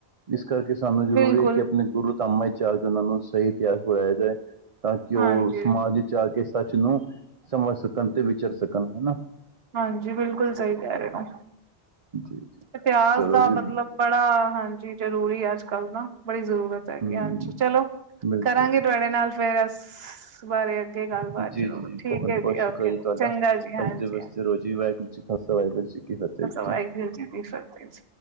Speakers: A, on the right (about 40°); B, on the right (about 60°).
A: ਇਸ ਕਰਕੇ ਸਾਨੂੰ ਜ਼ਰੂਰੀ
B: ਬਿਲਕੁਲ
A: ਹੈ ਕਿ ਆਪਣੇ ਗੁਰੂ ਧਾਮਾਂ 'ਚ ਉਹਨਾਂ ਨੂੰ ਸਹੀ ਇਤਿਹਾਸ ਪੜ੍ਹਇਆ ਜਾਏ। ਤਾਂ ਕਿ ਉਹ
B: ਹਾਂਜੀ।
A: ਸਮਾਜ 'ਚ ਆ ਕੇ, ਸੱਚ ਨੂੰ ਸਮਝ ਸਕਣ ਤੇ ਵਿਚਰ ਸਕਣ ਹਨਾ।
B: ਹਾਂਜੀ ਬਿਲਕੁਲ ਸਹੀ ਕਹਿ ਰਹੇ ਹੋ।
A: ਜੀ
B: ਇਤਿਹਾਸ
A: ਚਲੋ
B: ਦਾ
A: ਜੀ
B: ਮਤਲਬ ਬੜਾ ਹਾਂਜੀ, ਜ਼ਰੂਰੀ ਹੈ ਅੱਜ ਕੱਲ ਨਾ ਬੜੀ ਜ਼ਰੂਰਤ ਹਾਂਜੀ
A: ਹਮ
B: ਚਲੋ,
A: ਬਿਲਕੁਲ
B: ਕਰਾਂਗੇ ਤੁਹਾਡੇ ਨਾਲ ਫੇਰ, ਇਸ ਬਾਰੇ 'ਚ ਗੱਲਬਾਤ
A: ਜੀ ਜੀ
B: ਜ਼ਰੂਰ,
A: ਜੀ ਜੀ,
B: ਠੀਕ
A: ਬਹੁਤ
B: ਹੈ
A: ਬਹੁਤ
B: ਜੀ
A: ਸ਼ੁਕਰ
B: ਓਕੇ ਜੀ
A: ਤੁਹਾਡਾ
B: ਚੰਗਾ ਜੀ ਹਾਂਜੀ
A: ਹੱਸਦੇ ਵਸਦੇ
B: ਹਾਂ
A: ਰੋਜੀ ਜੀ ਵਾਹਿਗੁਰੂ ਜੀ ਖਾਲਸਾ ਵਾਹਿਗੁਰੂ ਜੀ ਕੀ ਫਤਿਹ
B: ਵਾਹਿਗੁਰੂ
A: ਜੀ
B: ਜੀ ਦੀ ਫਤਿਹ ਜੀ।